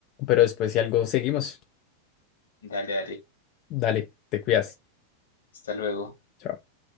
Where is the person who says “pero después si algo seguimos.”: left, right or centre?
Left